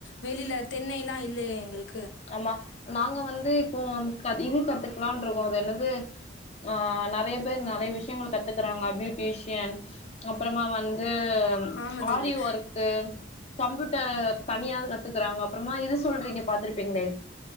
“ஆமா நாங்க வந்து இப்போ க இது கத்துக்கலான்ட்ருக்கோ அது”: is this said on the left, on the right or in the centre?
Left